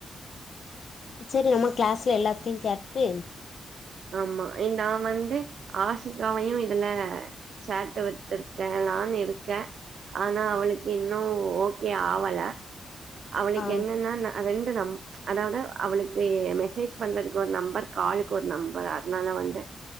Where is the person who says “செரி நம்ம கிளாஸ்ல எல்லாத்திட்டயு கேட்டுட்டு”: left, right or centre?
Left